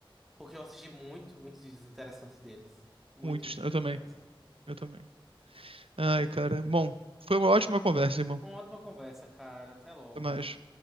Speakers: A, in the centre; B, on the right (about 85°).
A: Porque eu assisti muito, muitos vídeos interessantes deles. Muito
B: Muitos,
A: vídeos
B: eu também,
A: interessantes.
B: eu também. Ai, cara. Bom, foi uma ótima conversa, irmão.
A: Uma ótima conversa, cara. Até logo.
B: Até mais.